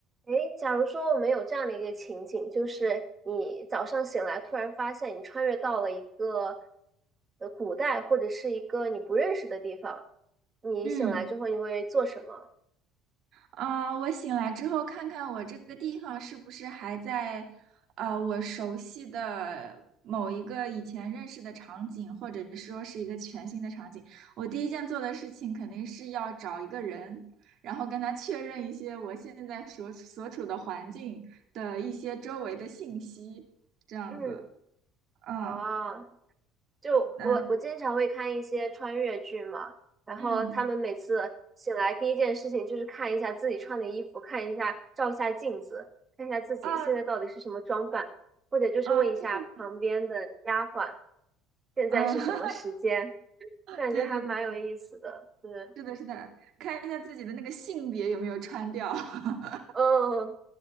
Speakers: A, on the right; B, on the right.
A: 诶，假如说我们有这样的一个情景，就是你早上醒来，突然发现你穿越到了一个呃古代或者是一个你不认识的地方，你醒来之后你会做什么？
B: 嗯，啊、我醒来之后看看我这个地方是不是还在，呃，我熟悉的某一个以前认识的场景，或者说是一个全新的场景。我第一件做的事情肯定是要找一个人，然后跟他确认一些我现在所所处的环境的一些周围的信息，这样子。
A: 嗯，
B: 嗯，
A: 啊，就我我经常会看一些穿越剧嘛，
B: 那，
A: 然后他们每次醒来第一件事情就是看一下自己穿的衣服，
B: 嗯
A: 看一下照一下镜子，看一下自己现在到底是什么装扮，
B: 啊
A: 或者就是问一下旁边的丫鬟
B: 啊，这个
A: 现在是什么时间。
B: 嗯，<laughs>
A: 我感觉还蛮有意思的，
B: 对对对
A: 是，
B: 是的，是的，看一下自己的那个性别有没有穿掉。<laughs>
A: 嗯，